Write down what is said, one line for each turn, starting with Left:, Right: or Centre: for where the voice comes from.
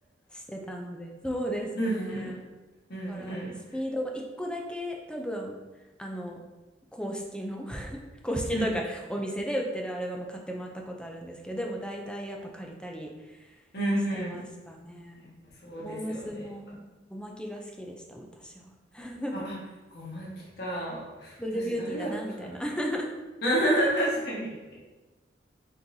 Centre: してたので、そうですね。
Left: うん、うん、うん、
Centre: だから、
Left: うん、
Centre: スピードは一個だけ多分、あの、公式の公式というかお店で売ってるアルバム買ってもらったことあるんですけどでも大体やっぱ借りたり
Left: うん、うん、
Centre: してましたね
Left: うん。やっぱそうですよね。
Centre: モームスもおまきが好きでした私は <laughs>
Left: あ、小牧か。
Centre: フールビューティーだなみたいな
Left: 私誰だったかな。
Centre: <laughs>
Left: うん <laughs> 確かに。